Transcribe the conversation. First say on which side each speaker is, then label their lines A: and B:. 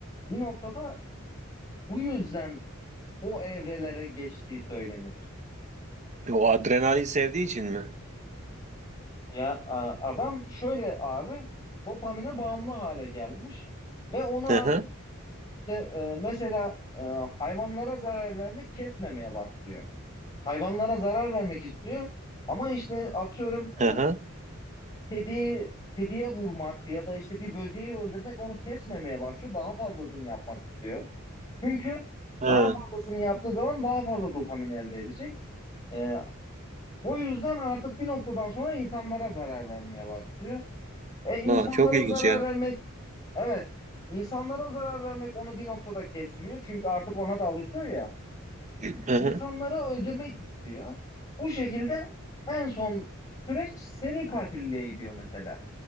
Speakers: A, on the left (about 20°); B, on the right (about 35°).
A: bir noktada bu yüzden o evrelere geçtiği söylenir.
B: E, O adrenalin sevdiği için mi?
A: Ya a- adam şöyle abi dopamine bağımlı hale gelmiş ve ona
B: Hı hı.
A: işte e, mesela e, hayvanlara zarar vermek kesmemeye başlıyor. Hayvanlara zarar vermek istiyor ama işte atıyorum
B: Hı
A: e,
B: hı.
A: kediyi kediye vurmak ya da işte bir böceği öldürmek onu kesmemeye başlıyor. Daha fazlasını yapmak istiyor. Çünkü
B: Hı.
A: daha fazlasını yaptığı zaman daha fazla dopamin elde edecek. E, O yüzden artık bir noktadan sonra insanlara zarar vermeye başlıyor. E insanlara
B: Aa, çok ilginç
A: zarar
B: ya.
A: vermek, evet, insanlara zarar vermek onu bir noktada kesmiyor. Çünkü artık ona da alışıyor ya.
B: Hı
A: İnsanları
B: hı.
A: öldürmek istiyor. Bu şekilde en son süreç seri katilliliğe gidiyor mesela.